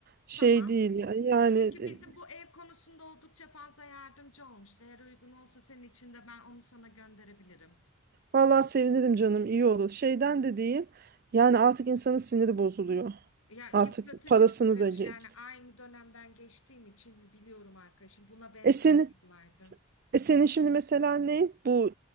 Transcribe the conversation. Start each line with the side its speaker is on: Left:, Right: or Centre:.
Right: Şey
Left: Tamam.
Right: değil ya. Yani
Left: Çünkü
Right: e,
Left: bizim bu ev konusunda oldukça fazla yardımcı olmuştu. Eğer uygun olsa senin için de ben onu sana gönderebilirim.
Right: vallahi sevinirim canım. iyi olur. Şeyden de değil. Yani artık insanın siniri bozuluyor.
Left: Ya yıpratıcı
Right: Artık parasını
Left: bir süreç
Right: da geç.
Left: yani aynı dönemden geçtiğim için biliyorum arkadaşım. Buna benzer
Right: E senin,
Left: bir olaydı.
Right: e senin şimdi mesela ne? Bu